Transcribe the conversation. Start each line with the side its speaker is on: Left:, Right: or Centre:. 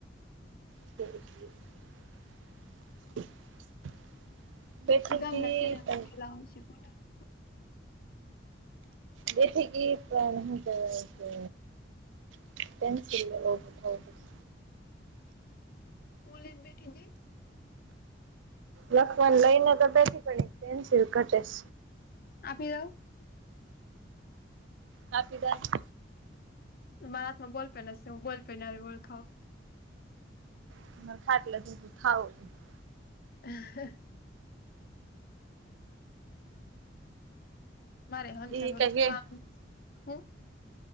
Right: <inaudible> બેઠી
Left: ગામના
Right: તી પણ
Left: <inaudible>
Right: બેઠી કી પણ હું કેવાય કે <inaudible>
Left: હુ લઇને બેઠી તી
Right: લખવાનું લઈને તો બેઠી પણ એક પેન્સિલ ઘટેસ
Left: આપી આઉં
Right: આપી જાની
Left: મારા હાથમાં બોલપેન જ છે હું બોલપેન ઓળખાઓ
Right: <inaudible>
Left: <inaudible> મારે હંસે
Right: ઈ
Left: થોડુંક
Right: કઈ
Left: કામ હું